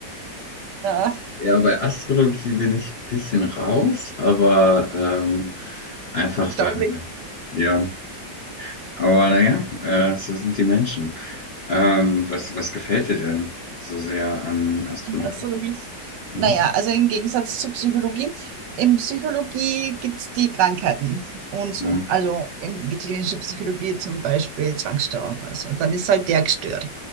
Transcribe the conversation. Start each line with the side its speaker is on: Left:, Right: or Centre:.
Right: Ja.
Left: ja, bei Astrologie bin ich ein bisschen raus, aber ähm, einfach
Right: Ich glaube,
Left: weil,
Right: nicht.
Left: ja, aber naja, äh, so sind die Menschen. Ähm, was, was gefällt dir denn so sehr an Astrologie?
Right: Astrologie.
Left: Mhm.
Right: Naja, also im Gegensatz zur Psychologie. In Psychologie gibt es die Krankheiten und so.
Left: Mhm.
Right: Also in die klinische Psychologie zum Beispiel Zwangsstörung oder so. Dann ist halt der gestört.